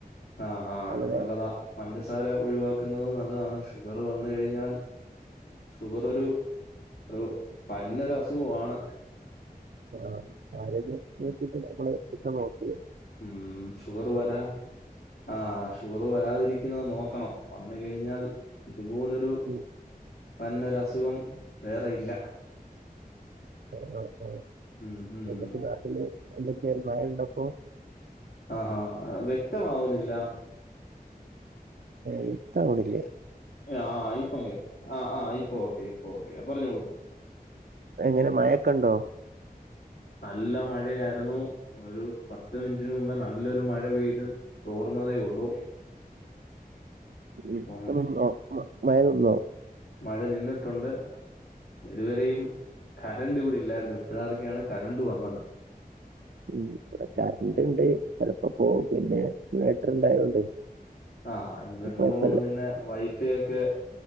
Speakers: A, on the left; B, on the right.
A: ആഹ് ആഹ്
B: വളരെ
A: നല്ലതാ പഞ്ചസാര ഒഴിവാക്കുന്നത് നല്ലതാണ് ഷുഗർ വന്ന് കഴിഞ്ഞാൽ. ഷുഗറൊരു ഒരു പരന്നൊരു അസുഖമാണ്.
B: ആ ആരേലും നോക്കിട്ട് നമ്മള് ഒക്കെ നോക്കിയ.
A: ഉം ഷുഗർ വരാ. ആ ഷുഗർ വരാതിരിക്കുന്നത് നോക്കണം വന്ന്കഴിഞ്ഞാൽ ഇതുപോലൊരു.
B: ഉം
A: അ പന്നരു അസുഖം വേറെ ഇല്ല.
B: ആ ആ
A: ഉം ഉം
B: എന്തൊക്കെ
A: ഉം.
B: നാട്ടില് എന്തൊക്കെയ മഴ ഉണ്ടപ്പോ.
A: അഹആഹാ വ്യക്തമാവുന്നില്ല.
B: ഏ വ്യക്താക്ണില്ലേ.
A: ആ ഇപ്പൊ ആ ആ ഇപ്പൊ ഓക്കെ ഇപ്പൊ ഓക്കെ പറഞ്ഞോളൂ.
B: ഇപ്പഎങ്ങനെ മഴൊക്കെ ഉണ്ടോ.
A: നല്ല മഴയായിരുന്നു ഒരു പത്ത് മിനിറ്റിന് മുമ്പ് നല്ലൊരു മഴ പെയ്ത്. തോർന്നതേ ഉള്ളൂ.
B: ഇപ്പളും
A: അപ്പം
B: ഉണ്ടോ മഴനിന്നോ
A: മഴ നിന്നിട്ടുണ്ട് ഇതുവരെയും കരണ്ട് കൂടി ഇല്ലായിരുന്നു എപ്പോഴാക്കെയാണ് കരണ്ട് വന്നത്
B: ഉ ഇവിടെ കറന്റ്
A: ഉം
B: ഉണ്ട് ചെിലപ്പോ പോകും പിന്നെ ഇൻവേട്ടർ ഇണ്ടായോണ്ട്
A: ആഹ് ഇൻവേട്ടർ
B: കൊഴപ്പല്ല
A: ഉണ്ടായത് കൊണ്ട് പിന്നെ വൈ ഫഒക്കെ